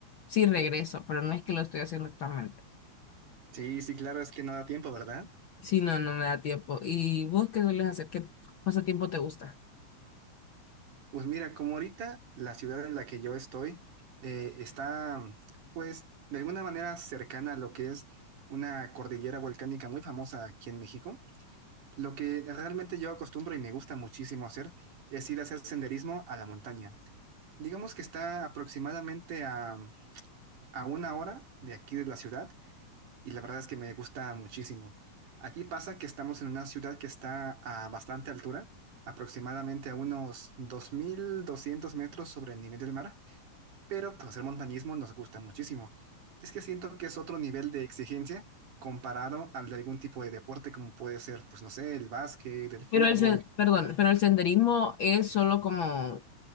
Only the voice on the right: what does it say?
Sí, sí, claro, es que no da tiempo, ¿verdad?
Pues mira, como ahorita la ciudad en la que yo estoy eh, está, mm, pues, de alguna manera cercana a lo que es una cordillera volcánica muy famosa aquí en México, lo que realmente yo acostumbro y me gusta muchísimo hacer es ir a hacer senderismo a la montaña. Digamos que está aproximadamente a, a una hora de aquí de la ciudad y la verdad es que me gusta muchísimo. Aquí pasa que estamos en una ciudad que está a bastante altura, aproximadamente a unos 2.200 metros sobre el nivel del mar, pero pues hacer montañismo nos gusta muchísimo. Es que siento que es otro nivel de exigencia comparado al de algún tipo de deporte como puede ser, pues no sé, el básquet, el fútbol